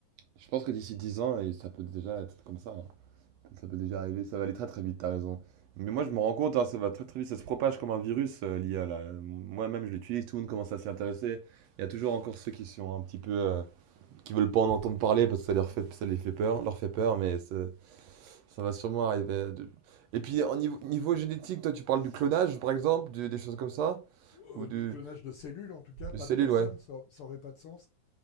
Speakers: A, on the right; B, on the left.
A: Je pense que d'ici 10 ans, et ça peut déjà être comme ça. hein. Ça peut déjà arriver. Ça va aller très très vite, t'as raison. Mais moi,
B: Oui,
A: je me rends compte, hein, ça va très très vite. Ça se propage comme un virus, euh, l'IA, là. Euh, Moi-même, je l'utilise, tout le monde commence à s'y intéresser. Il y a toujours encore ceux qui sont un petit peu. euh, qui veulent pas en entendre parler parce que ça leur fait, ça les fait peur, leur fait peur, mais ça, ça va sûrement arriver. euh, de- Et puis, au niveau, niveau génétique, toi, tu parles du clonage, par exemple, du- des choses comme ça?
B: Euh,
A: Ou de,
B: du clonage de cellules en tout cas,
A: de
B: pas
A: cellules,
B: de personnes,
A: ouais.
B: ça n'aurait pas de sens,